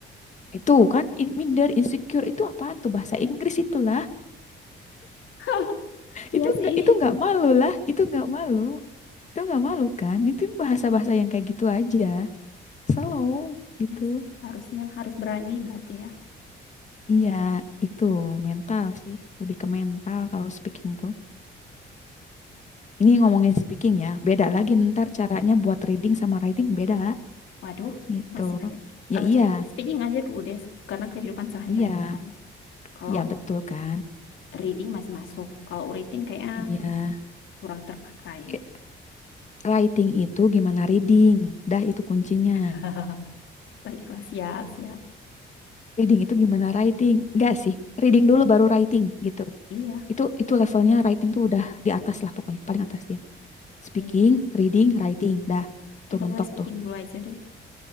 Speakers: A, on the left (about 35°); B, on the left (about 75°).
A: Itu kan in- minder, insecure itu apaan tuh bahasa Inggris itulah.
B: <laughs> Iya
A: Itu
B: sih.
A: nggak itu nggak malu lah. Itu nggak malu. Itu nggak malu kan? Itu bahasa-bahasa yang kayak gitu aja. Slow gitu.
B: Iya sih, harusnya harus berani berarti ya.
A: Iya, itu mental sih. Lebih ke mental kalau speaking tuh. Ini ngomongin speaking ya. Beda lagi ntar caranya buat reading sama writing beda
B: <laughs> Waduh,
A: gitu.
B: masih banyak.
A: Ya
B: Eh,
A: iya,
B: speak- speaking aja dulu deh, karena kehidupan sehari-hari
A: iya,
B: ya kan. Kalau
A: iya betul kan?
B: reading masih masuk, kalau writing kayaknya
A: Iya.
B: kurang terpakai.
A: Eh, Writing itu gimana reading? Dah itu kuncinya.
B: <laughs> Baiklah, siap, siap.
A: Reading itu gimana writing? Enggak sih. Reading dulu baru writing gitu.
B: Iya,
A: Itu itu levelnya writing tuh udah di atas lah pokoknya, paling atas dia. Speaking,
B: iya.
A: reading, writing. Dah,
B: Kita
A: tuh mentok
B: mulai speaking
A: tuh.
B: dulu aja deh.